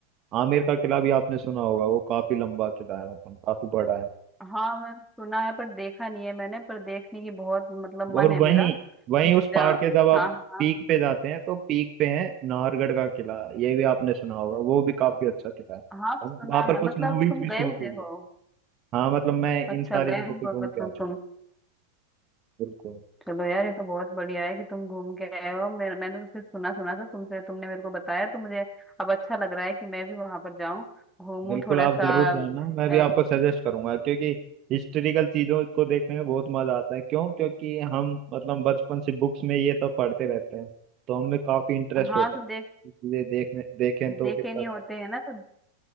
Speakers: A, on the right; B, in the centre.
A: आमेर का किला भी आपने सुना होगा वो काफी लंबा किला है मतलब काफी बड़ा है
B: हाँ मैंने सुना है पर देखा नहीं है मैंने पर देखने की बहुत मतलब
A: और
B: मन है मेरा
A: वहीं वहीं
B: कि
A: उस
B: जा
A: पहाड़ के जब आप
B: हाँ हाँ
A: पीक पे जाते हैं तो पीक पे है नाहरगढ़ का किला ये भी आपने सुना होगा वो भी काफी अच्छा किला है
B: हाँ सुना
A: वहां पर
B: है मतलब
A: कुछ मूवीज
B: तुम
A: भी
B: गए
A: शूट
B: हुए
A: हुई है
B: हो
A: हाँ मतलब मैं इन
B: अच्छा
A: सारी
B: गए
A: जगहों
B: हुए
A: पे घूम
B: हो तुम
A: के आ चुका
B: तुम
A: हूँ बिल्कुल
B: चलो यार ये तो बहुत बढ़िया है कि तुम घूम के आए हो मेरे मैंने तो सिर्फ सुना सुना था तुमसे तुमने मेरे को बताया तो मुझे अब अच्छा लग रहा है कि मैं भी वहां पर जाऊं घूमूं
A: बिल्कुल
B: थोड़ा
A: आप
B: सा
A: जरूर जाना मैं भी
B: अ,
A: आपको सजेस्ट करूंगा क्योंकि हिस्टोरिकल चीजों को देखने में बहुत मजा आता है क्यों क्योंकि हम मतलब बचपन से बुक्स में ये सब पढ़ते रहते हैं तो हमें काफी इंटरेस्ट
B: हाँ
A: होता
B: तो देख
A: है चीजें देखने देखें तो
B: देखे
A: कितना
B: नहीं
A: अच्छा
B: होते हैं ना तो